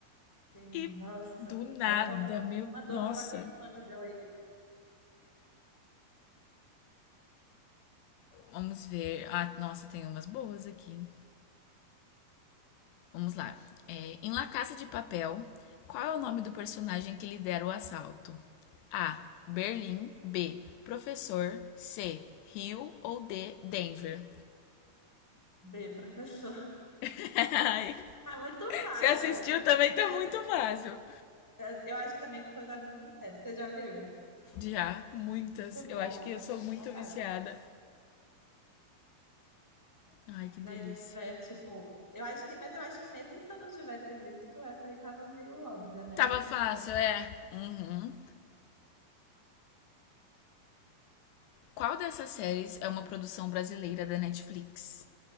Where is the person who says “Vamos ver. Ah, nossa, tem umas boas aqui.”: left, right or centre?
Left